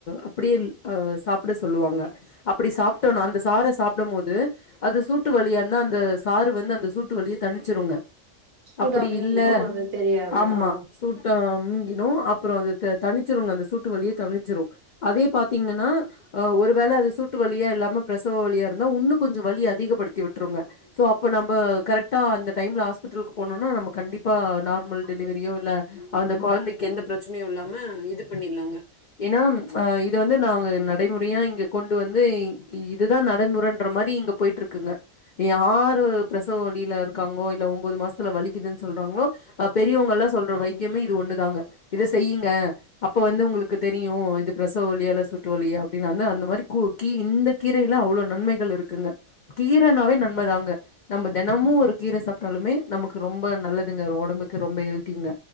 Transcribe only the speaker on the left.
அப்டியே அ சாப்ட சொல்லுவாங்க அப்பிடி சாப்டோனா அந்த சாற சாப்டம் போது அது சூட்டு வழியா இருந்தா அந்த சாறு வந்து அந்த சூட் ட்டு வழிய தனிச்சிருங்க
அப்டி இல்ல
ஆமா
சூட் டா அம் மூங்கிடும் அப்புறம் அது தனிச்சிரங்க அந்த சூட்டு வழியே தணிச்சிரும் அதே பாத்தீங்கனா ஆ ஒரு வேல அது சூட்டு வழியா இல்லாம பிரசவ வழியா இருந்தா உன்னும் கொஞ்ச வழி அதிகப்படுத்தி விட்டுருங்க சோ அப்ப நம்ப கரெக்ட் ட்டா அந்த டைம்ல ஹாஸ்பிட்டலுக்கு போனோன்னா நம்ம கண்டிப்பா நார்மல் டெலிவரியோ இல்ல அந்த கொழந்தைக்கு எந்த பிரச்சனையும் இல்லாம இது பண்ணிருலாங்க ஏனா அ இது வந்து நாங்க நடைமுறையா இங்க கொண்டு வந்து இதுதான் நடைமுறைன்ற மாரி இங்க போயிட்டு இருக்குங்க யாரு பிரசவ வலி ல இருக்கங்கோ இல்ல ஒம்போது மாசத்துல வலிக்குதுன்னு சொல்றாங்களோ அ பெரியவங்க எல்லாம் சொல்ற வைத்தியமும் இது ஒண்ணுதாங்க இத செய்யிங்க அப்ப வந்து உங்களுக்கு தெரியும் இது பிரசவ வலியா சூட்டு வலியா அப்டின்னு வந்த அந்த மாரி குக்கி இந் கீரையில அவ்ளோ நன்மைகள் இருக்குங்க கீரன்னாவே நன்மதாங்க தெனமும் ஒரு கீரை சாப்பிட்டாலுமே நமக்கு ரொம்ப நல்லதுங்க ஒடம்புக்கு ரொம்ப ஹெல்திங்க